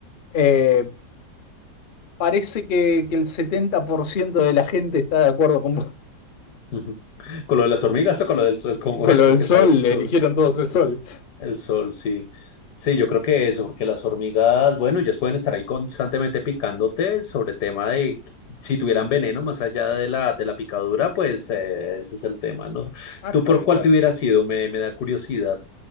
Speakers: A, on the left (about 50°); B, on the left (about 75°).
A: Eh, parece que, que el 70% de la gente está de acuerdo con vos.
B: Ujú. Con lo de las hormigas o con lo del sol,
A: <laughs>
B: ¿cómo
A: Con
B: es?
A: lo
B: Porque
A: del sol,
B: está, estuve,
A: eligieron todos el sol.
B: el sol, sí. Sí, yo creo que eso, porque las hormigas, bueno, ellas pueden estar ahí constantemente picándote sobre tema de si tuvieran veneno más allá de la, de la picadura, pues eh, ese es el tema, ¿no?
A: Ah,
B: ¿Tú
A: está
B: por
A: bien,
B: cuál
A: está bien.
B: te hubieras ido? Me, me da curiosidad